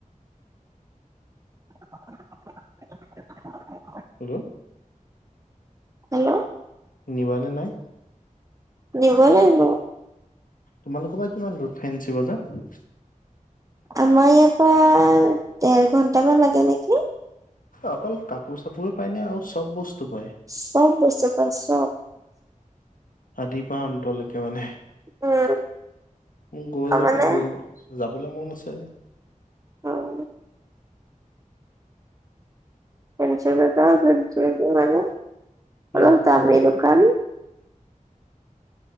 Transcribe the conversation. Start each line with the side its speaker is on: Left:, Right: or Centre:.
Right: <inaudible>
Left: Hello
Right: hello.
Left: নিবানে নাই।
Right: নিব লাগিব।
Left: তোমালোকৰ পৰা কিমান দূৰ ফেঞ্চি বজাৰ।
Right: আমাৰ ইয়াৰ পৰা দেৰ ঘন্টামান লাগে নেকি।
Left: অকল কাপোৰ চাপোৰে পায় নে আৰু চব বস্তু পায়।
Right: চব বস্তু পাই চব।
Left: আদিৰ পৰা অন্তলেকে মানে।
Right: উম।
Left: মোৰ গৈ
Right: অ
Left: যাব
Right: মানে
Left: গৈ যাবলে মন আছে।
Right: অ'। ফেঞ্চি বজাৰ <unintelligible> অলপ
Left: উম
Right: দামী দোকান।